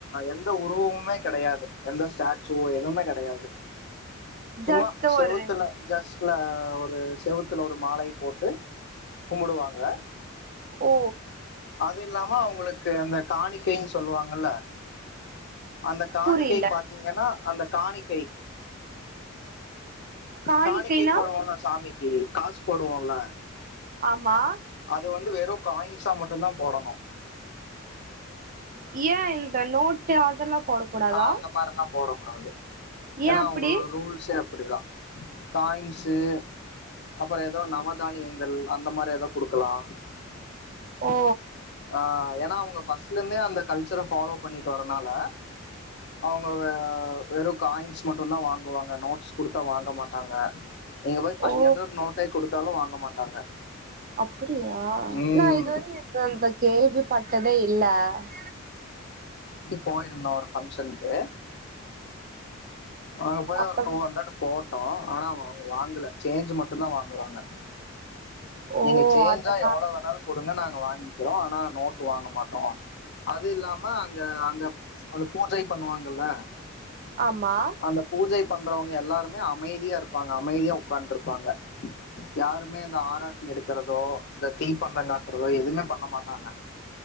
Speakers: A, on the left; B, on the right.
A: எந்த உருவமுமே கெடையாது எந்த ஸ்டாச்சுவோ எதுமே கெடையாது சும்மா
B: ஜஸ்ட்
A: செவுத்துல
B: ஒரு
A: ஜஸ்ட்ல ஒரு செவுத்துல ஒரு மாலை போட்டு கும்பிடுவாங்க
B: ஓ
A: அது இல்லாம அவுங்குளுக்கு அந்த காணிக்கைனு சொல்லுவாங்கல அந்த காணிக்கை
B: புரில
A: பாத்தீங்கன்னா அந்த காணிக்கை
B: காணிக்கைனா
A: காணிக்கை போடுவோல சாமிக்கு காசு போடுவோல்ல
B: ஆமா
A: அது வந்து வெறு காயின்ஸா மட்டுந் தான் போடணு
B: ஏ இந்த நோட் டு அதெல்லா போடக்கூடாதா
A: ஆ அந்த மாரில்லாம் போடக் கூடாது
B: ஏ
A: ஏனா
B: அப்டி
A: அவுங்களோட ரூல்ஸ்ஸே அப் அப்பிடி தா காயின்ஸு அப்றோ ஏதோ நவ தானியங்கள் அந்த மாரி ஏதோ குடுக்கலா
B: ஓ
A: ஆ ஏனா அவுங்க ஃபர்ஸ்ட்ல இருந்தே அந்த கல்ச்சர ஃபாலோ பண்ணிட்டு வரனால அவுங்க வெறும் காயின்ஸ் மட்டுந் தா வாங்குவாங்க நோட்ஸ் குடுத்த வாங்க மாட்டாங்க நீங்க போய் பைவ்ஹண்ரட்
B: ஓ
A: நோட்டே குடுத் தாலு வாங்க மாட்டாங்க
B: அப்படியா
A: ம்
B: நா இதுவரைக்கும் இந்த கேள்விப்பட்டதே இல்ல அ
A: போயிருந்தோ ஒரு பங்க்ஷனுக்கு அங்க போய்
B: அப்ப
A: ஒரு டூ ஹண்ட்ரட் போட்டோ ஆன அவுங்க வாங்குல சேஞ்சு மட்டுந்தா வாங்குவாங்க
B: ஓ
A: நீங்க சேஞ்சா
B: அதா
A: எவ்வளவு வேணாலு குடுங்க நாங் க வாங்கிக்கிறோ ஆனா நோட்டு வாங்க மாட்டோ அது இல்லாம அங்க அங்க அ ச்சு பூஜை பண்ணுவாங்கல்ல
B: ஆமா
A: அந்த பூஜை பண்றவங்க எல்லாருமே அமைதியா இருப்பாங்க அமைதியா உக்கான்ட் இருப்பாங்க யாருமே இந்த ஆரா த்தி எடுக்கிறதோ இந்த தீப்பந்த காட்டறதோ எதுமே பண்ண மாட்டாங்க